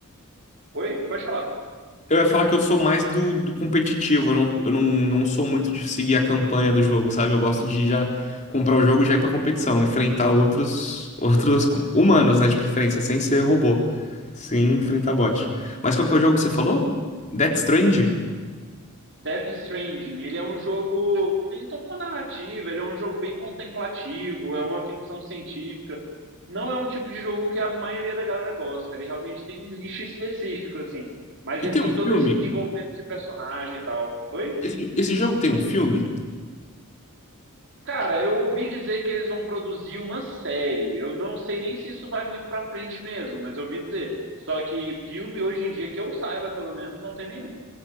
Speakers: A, on the right; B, on the left.
A: Oi? Pode falar.
B: Eu ia falar que eu sou mais do, do competitivo, eu, não, eu não, não sou muito de seguir a campanha do jogo, sabe? Eu gosto de já comprar o jogo e já ir pra competição, enfrentar outros, outros co- humanos, né, de preferência, sem ser robô, sem enfrentar bot. Mas qual que é o jogo que você falou? Death Strange.
A: Death Stranding, ele é um jogo, tem toda uma narrativa, ele é um jogo bem contemplativo, é uma ficção científica. Não é um tipo de jogo que a maioria da galera gosta, ele realmente tem um nicho específico, assim. Mas
B: E
A: ele
B: tem
A: tem
B: um
A: todo
B: filme?
A: esse desenvolvimento de personagem e tal. Oi?
B: Esse, esse jogo tem um filme?
A: Cara, eu ouvi dizer que eles vão produzir uma série. Eu não sei nem se isso vai muito pra frente mesmo, mas eu ouvi dizer. Só que filme hoje em dia, que eu saiba pelo menos, não tem nenhum.